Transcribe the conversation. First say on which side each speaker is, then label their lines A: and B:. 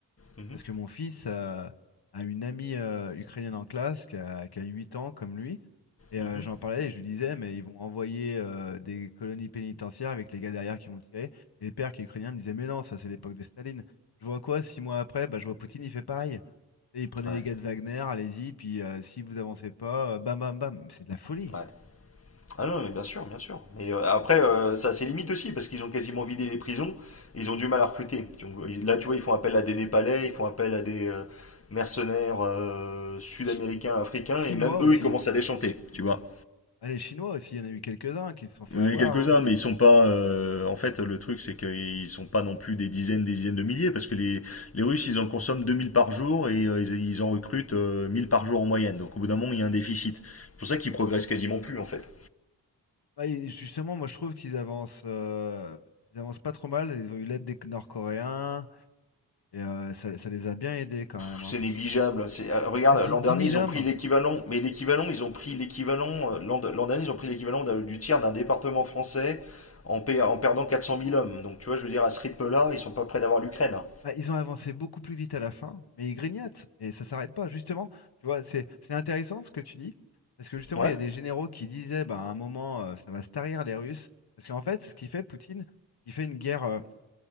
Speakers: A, on the left; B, on the left.
A: Mhm,
B: Parce que mon fils euh, a une amie euh, ukrainienne en classe qui a, qui a 8 ans comme lui. Et
A: mhm,
B: euh, j'en parlais et je lui disais, mais ils vont envoyer euh, des colonies pénitentiaires avec les gars derrière qui vont tirer. Et les pères qui est ukrainien me disaient, mais non, ça c'est l'époque de Staline. Je vois quoi, six mois après, bah, je vois Poutine, il fait pareil. Et il prenait
A: Ouais,
B: les gars de Wagner, allez-y, puis euh, si vous avancez pas, euh, bam bam bam. C'est de la folie.
A: ouais. Ah non, mais bien sûr, bien sûr. Mais euh, après, euh, ça a ses limites aussi, parce qu'ils ont quasiment vidé les prisons, ils ont du mal à recruter. Donc, ils- là, tu vois, ils font appel à des Népalais, ils font appel à des euh, mercenaires euh, sud-américains,
B: Ch-
A: africains,
B: Chinois
A: et même eux,
B: aussi.
A: ils commencent à déchanter, tu vois.
B: Ah, les Chinois aussi, il y en a eu quelques-uns qui se sont fait
A: Il
B: avoir.
A: y en a quelques-uns,
B: hein.
A: mais ils sont pas. euh, en fait, le truc, c'est qu'ils sont pas non plus des dizaines, des dizaines de milliers, parce que les, les Russes, ils en consomment 2000 par jour et euh, ils, ils en recrutent euh, 1000 par jour en moyenne. Donc, au bout d'un moment, il y a un déficit. C'est pour ça qu'ils progressent quasiment plus, en fait.
B: Bah, et justement, moi je trouve qu'ils avancent, euh, ils avancent pas trop mal. Ils ont eu l'aide des Nord-Coréens et euh, ça, ça les a bien aidés quand même.
A: c'est
B: Hein.
A: négligeable. euh, regarde,
B: 10,
A: l'an
B: 10
A: dernier,
B: 000
A: ils
B: hommes,
A: ont pris l'équivalent, mais l'équivalent, ils ont pris l'équivalent, euh, l'an, dernier, ils ont pris l'équivalent du tiers d'un département français en, en perdant 400 000 hommes. Donc, tu vois, je veux dire, à ce rythme-là, ils sont pas près d'avoir l'Ukraine. hein.
B: bah, ils ont avancé beaucoup plus vite à la fin, mais ils grignotent et ça s'arrête pas. Justement, tu vois, c'est c'est intéressant ce que tu dis parce que justement,
A: Ouais.
B: il y a des généraux qui disaient bah, à un moment euh, ça va se tarir les Russes parce qu'en fait, ce qu'il fait Poutine, il fait une guerre.